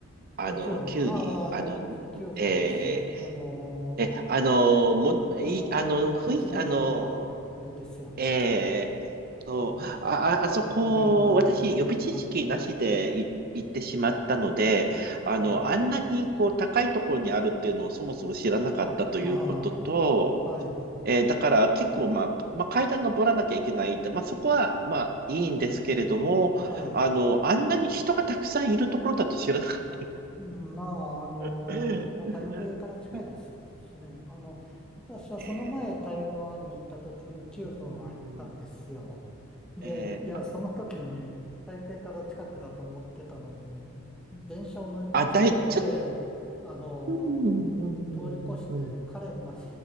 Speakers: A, on the right; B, in the centre.
A: あの、
B: あ、9分。
A: 急に、
B: ああ、あの、
A: あの、
B: 9分ですね。
A: えー
B: あの
A: え、あの、も、
B: ーあのーなんか、
A: い、あの、ふい、
B: ジブリのなんか、
A: あの、
B: あれですよね。
A: えーそう、
B: うん、
A: あ、ああそこ、
B: モデルになったっていう、
A: 私、予備知識なしでい行ってしまったので、
B: はい、
A: あの、
B: はい。
A: あんなに、こう、高いところにあるっていうのをそもそも知らなかったということと、
B: あ、まあ、はい、
A: えーだから結構、まあ、まあ、階段登らなきゃいけないって、まあ、そこは、まあ、いいんですけれども、
B: はい。
A: あの、あんなに人がたくさんいるところだと知らなかっ
B: まあ、あの、
A: たので
B: もう台北から近いですしね。
A: <laughs>
B: あの、私はその前台湾に行った時に9分は行ったんですよ。
A: ええ、うん、
B: で、
A: ええ、
B: いや、
A: あ、
B: その時に台北から近くだと思ってたのに、電車を乗り間違えて、
A: あだい、ちょっと、
B: あの、
A: うん、うん、うん、
B: 通り越してカレンまで
A: うん、うん。